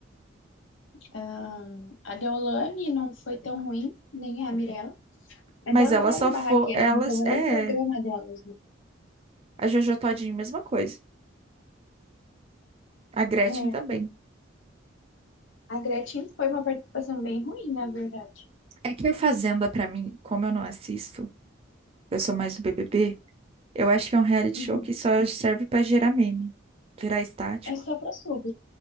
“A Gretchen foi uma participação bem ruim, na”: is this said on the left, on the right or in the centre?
Left